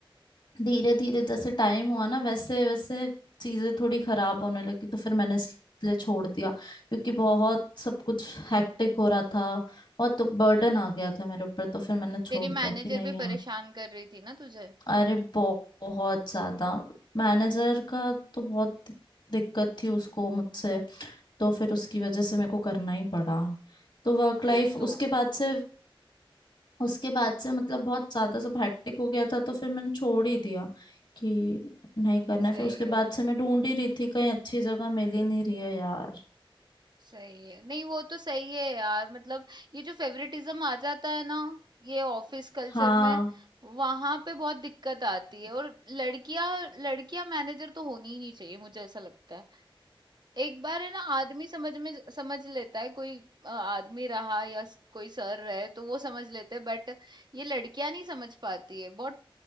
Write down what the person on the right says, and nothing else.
हम्म
तेरी
मैनेजर
भी परेशान कर रही थी ना तुझे
यही
तो
सही
है
सही है नहीं वो तो सही है यार मतलब ये जो फेवरेटिज्म आ जाता है ना ये ऑफिस कल्चर
में वहां पे बहुत दिक्कत आती है और लड़कियां लड़कियां मैनेजर तो होनी ही नहीं चाहिए मुझे ऐसा लगता है एक बार है ना आदमी समझ में समझ लेता है कोई अ, आदमी रहा या स- कोई सर रहे तो वो समझ लेते हैं बट ये लड़कियां नहीं समझ पाती है बहुत